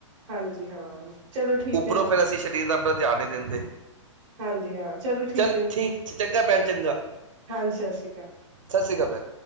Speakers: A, on the right; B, on the right.
A: ਹਾਂਜੀ ਹਾਂ ਚਲੋ ਠੀਕ
B: ਉੱਪਰੋਂ
A: ਹੈ
B: ਫੇਿਰ ਅਸੀਂ ਸਰੀਰ ਦਾ ਆਪਣਾ ਧਿਆਨ ਨਹੀਂ ਦਿੰਦੇ।
A: ਹਾਂਜੀ ਹਾਂ ਚਲੋ
B: ਚੱਲ
A: ਹੈ
B: ਠੀਕ ਚੰਗਾ ਭੈਣ ਚੰਗਾ।
A: ਹਾਂਜੀ ਸਤਿ ਸ਼੍ਰੀ ਅਕਾਲ
B: ਸਤਿ ਸ਼੍ਰ ਅਕਾਲ।